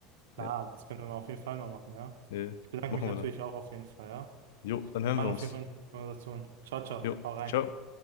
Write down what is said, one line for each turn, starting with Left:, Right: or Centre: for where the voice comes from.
Right: Klar,
Left: Ja,
Right: das können wir auf jeden Fall mal machen, ja.
Left: nee,
Right: Ich bedanke
Left: machen
Right: mich natürlich
Left: wir dann.
Right: auch auf jeden Fall, ja.
Left: Jo, dann
Right: Das
Left: hören
Right: war
Left: wir
Right: auf
Left: uns.
Right: jeden Fall eine schöne Konversation. Ciao, ciao.
Left: Jo,
Right: Hau rein.
Left: ciao.